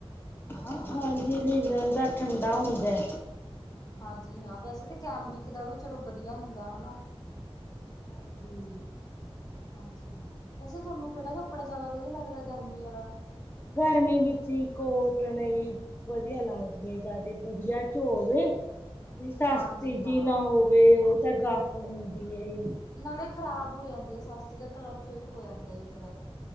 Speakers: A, on the left; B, on the left.
A: ਹਾਂ ਹਾਂਜੀ ਲੀਲਣ ਦਾ ਠੰਡਾ ਹੁੰਦਾ ਐ
B: ਹਾਂਜੀ ਹਾਂ ਵੈਸੇ ਤਾਂ ਕੈਮਰਿਕ ਦਾ ਵੀ ਚਲੋ ਵਧੀਆ ਹੁੰਦਾ ਹਨਾ
A: ਹਾਂਜੀ।
B: ਹਾਂਜੀ ਹਾਂ, ਵੈਸੇ ਤੁਹਾਨੂੰ ਕਿਹੜਾ ਕੱਪੜਾ ਜ਼ਿਆਦਾ ਵਧੀਆ ਲੱਗਦਾ ਗਰਮੀ ਆਲਾ,
A: ਗਰਮੀ ਵਿੱਚ ਹੀ ਕੋਟਨ ਹੀ। ਵਧੀਆ ਲੱਗਦੀ ਆਂ ਜ਼ਿਆਦੇ ਵਧੀਆ 'ਚ ਹੋਵੇ। ਵੀ ਸਸਤੀ
B: ਹਾਂਜੀ
A: ਜੀ
B: ਹਾਂ
A: ਨਾ ਹੋਵੇ, ਉਹ ਤਾਂ ਗਫ ਹੁੰਦੀ ਐ ਜੀ,
B: ਨਾਲੇ ਖ਼ਰਾਬ ਹੋ ਜਾਂਦੀ ਹੈ, ਸਸਤੀ ਦਾ ਕਲਰ ਫੇਟ ਹੋ ਜਾਂਦਾ ਈ ਫਿਰ,